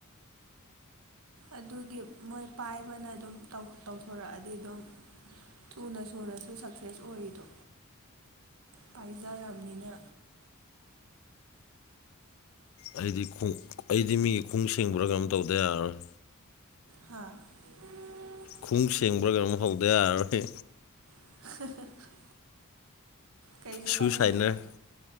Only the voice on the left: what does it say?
ꯑꯩꯗꯤ ꯈꯨ ꯑꯩꯗꯤ ꯃꯤꯒꯤ ꯈꯨꯉꯨꯞ ꯁꯦꯡꯕꯨꯔꯥꯒ ꯑꯝ ꯇꯧꯗ ꯌꯥꯔꯔꯣꯏ
ꯈꯣꯡꯉꯨꯞ ꯁꯦꯡꯕ꯭ꯔꯥ ꯀꯩꯅꯣꯝ ꯍꯧꯗ ꯌꯥꯔꯔꯣꯏ
ꯁꯨ
ꯁꯥꯏꯅꯔ